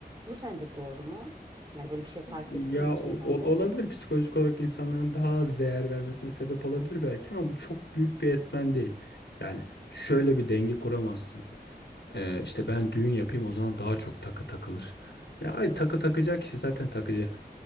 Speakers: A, on the right; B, on the left.
A: Bu sence doğru mu? Yani böyle bir şey fark
B: Ya
A: ettin mi çevrende?
B: o- o- olabilir psikolojik olarak insanların daha az değer vermesine sebep olabilir belki ama bu çok büyük bir etmen değil. Yani şöyle bir denge kuramazsın. Ee, işte ben düğün yapayım o zaman daha çok takı takılır. Ya ay takı takacak kişi zaten takacak.